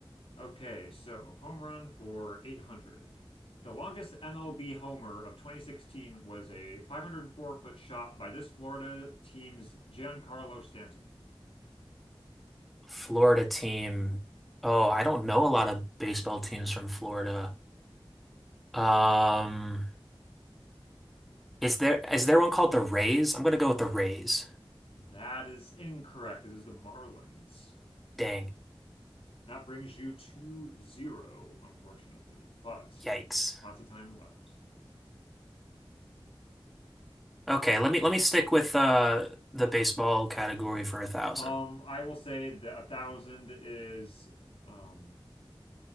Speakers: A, on the left; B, in the centre.
A: Okay, so home run for 800. The longest MLB homer of 2016 was a 504 foot shot by this Florida team's Giancarlo Stanton.
B: Florida team. Oh, I don't know a lot of baseball teams from Florida. Um, is there is there one called the Rays? I'm gonna go with the Rays.
A: That is incorrect. It is the Marlins.
B: Dang.
A: That brings you to zero, unfortunately, but
B: Yikes.
A: lots of time left.
B: Okay, let me let me stick with uh the baseball category for a thousand.
A: Um, I will say that a thousand is um